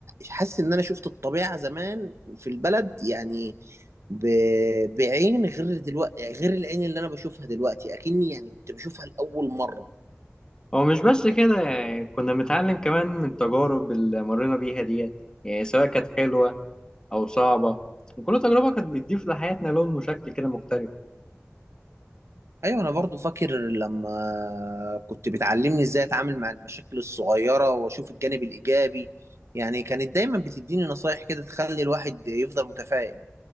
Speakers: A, on the right (about 65°); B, on the left (about 15°).
A: حاسس ان انا شفت الطبيعه زمان في البلد يعني ب... بعين غير دلوقتي غير العين اللي انا بشوفها دلوقتي اكني يعني كنت بشوفها لاول مره
B: هو مش بس كده يعني كنا بنتعلم كمان من التجارب اللي مرينا بيها ديت يعني سواء كانت حلوة أو صعبة وكل تجربة كانت بتضيف لحياتنا لون وشكل كده مختلف
A: ايوه انا برضو فاكر لما كنت بتعلمني ازاي اتعامل مع المشاكل الصغيره واشوف الجانب الايجابي يعني كانت دايما بتديني نصايح كده تخلي الواحد يفضل متفائل